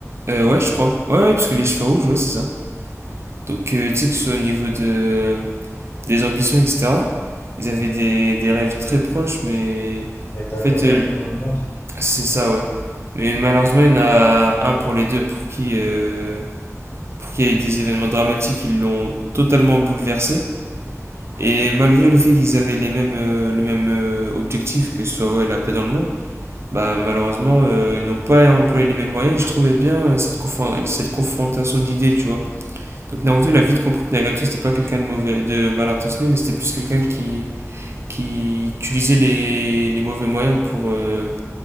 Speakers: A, on the right; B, on the left.
A: Euh, ouais, je crois. Ouais, ouais, parce que les cheveux rouges, ouais, c'est ça. Donc, euh, tu sais, que ce soit au niveau de... des ambitions, etc., ils avaient des, des rêves très proches, mais
B: Rétablir
A: en fait,
B: la
A: euh,
B: paix dans le monde.
A: c'est ça, ouais. Mais malheureusement, il y en a un pour les deux pour qui, euh, pour qui il y a eu des événements dramatiques qui l'ont totalement bouleversé. Et malgré le fait qu'ils avaient les mêmes, euh, le même euh, objectif, que ce soit ouais, la paix dans le monde, bah, malheureusement, euh, ils n'ont pas employé les mêmes moyens. Je trouvais bien euh, cette, confron- cette confrontation d'idées, tu vois. Donc Naruto l'a vite compris que Nagato c'était pas quelqu'un de mauvais, de mal intentionné, mais c'était plus quelqu'un qui, qui utilisait les, les mauvais moyens pour, euh,